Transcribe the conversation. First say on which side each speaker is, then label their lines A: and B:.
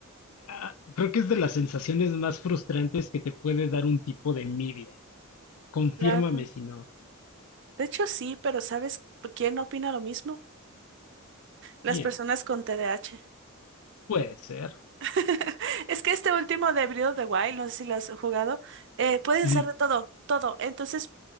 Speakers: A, on the left (about 75°); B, on the right (about 55°).
A: ah, creo que es de las sensaciones más frustrantes que te puede dar un tipo de media. Confírmame
B: Claro.
A: si no.
B: De hecho, sí, pero ¿sabes quién opina lo mismo? Las
A: Bien,
B: personas con T D A H
A: puede ser.
B: <laughs> Es que este último de Breath of the Wild, no sé si lo has jugado, eh, puedes
A: Mm,
B: hacer de todo, todo. Entonces